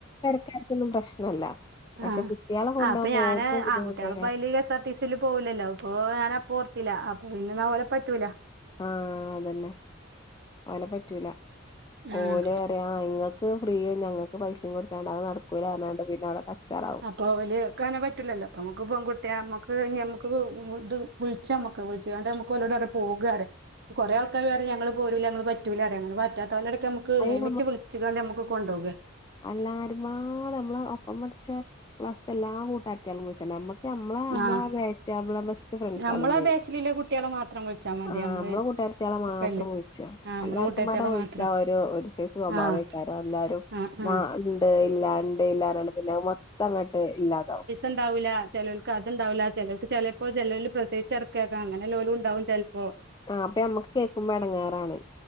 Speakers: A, on the left (about 20°); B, on the right (about 55°).
A: പരക്കാർക്കൊന്നും പ്രശ്നല്ല പക്ഷെ
B: ആഹ
A: കുട്ടികളെ കൊണ്ടോവുമ്പോ
B: ആ അപ്പൊ ഞാൻ
A: ഓൽക്കും ബുദ്ധിമുട്ടേക്കാരം
B: ആൺകുട്ടികള പ്പയിൽ K S R D സിയിൽ പോവലല്ലോ അപ്പൊ ഞാനാർത്തില്ല അപ്പൊ പിന്നെന്നാ പോലെ പറ്റൂല
A: ആഹ അതന്നെ ഓല പറ്റൂല മോന്
B: ആഹ്
A: പറിയ നിങ്ങ ക്ക് ഫ്രീയും ഞങ്ങൾക്ക് പൈസയും കൊടുത്താണ്ട് അത് നടക്കൂലന്ന് പറഞ്ഞണ്ട് പിന്നെ അവിടെ കച്ചാറാവും
B: ഓല്ക്ക് അങ്ങനെ പറ്റില്ലല്ലോ നമുക്ക് പെൺകുട്ടിയ നമ്മുക്ക് നമുക്ക് ഇത് വിളിച്ചാ നമുക്ക് വിളിച്ചാണ്ട് ഞമ്മക്ക് ഒലോഡ് നമ്മക്ക് പോകാേ പറയാ കുറെ ആൾക്കാര് പറയും ഞങ്ങൾ പോരൂല ഞങ്ങള് പറ്റൂല അങ്ങനെ പറ്റാത്തോലെ ഇടക്ക് ഞമ്മക്ക്
A: അയിന്
B: ഏമിച്ചു വിളിച്ച്കാണ്ട് ഞമക്ക് കൊണ്ടുപോകുക
A: എല്ലരുപാട് നമ്മളെ ഒപ്പം പഠിച്ച ക്ലാസ്സത്തെ എല്ലാ കൂട്ടാരത്തിയാളെയും വിളിച്ച ഞമ്മക്ക് ഞമ്മളെ ഞമ്മളെ
B: ആഹ്
A: ബാച്ച് നമ്മളെ ബെസ്റ്റ് ഫ്രണ്ട്സ്
B: നമ്മളെ
A: ആളില്ലേ
B: ബാച്ചിലില്ല കുട്ടികളെ മാത്രം വിളിച്ചാ മതി
A: ആ
B: നമ്മള്
A: നമ്മെ കൂട്ടാരത്തി കുട്ടികളെ മാത്രം
B: ഒപ്പല്ലേ
A: വിളിച്ച
B: ആഹ് നമ്മളെ
A: എല്ലാവർക്കും
B: കൂട്ടത്തിയാളെ
A: പാടെ വിളിച്ചാ
B: മാത്രം
A: ഒരു സൈസ് സ്വഭാവാക്കാരം
B: ആഹ്
A: എല്ലരുംണ്ട്
B: ആഹ് ആഹ്
A: ഇല്ലാണ്ട് ഇല്ലാ റഞ്കാണ്ട് പിന്നെ മൊത്ത അങ്ങട്ട് ഇല്ലാതാവും
B: ഉണ്ടാവില്ല ചിലർക്ക് അത്ണ്ടാവില്ല ചിലർക്ക് ചിലപ്പോ ചിലോല് പ്രസവിച്ചുകിടക്കേക്കാരം അങ്ങനെ ലോലും ഉണ്ടാവും ചിലപ്പോ
A: ആ അപ്പൊ നമ്മക്ക് കേൾക്കുമ്പോ ഇടങ്ങാറാണ്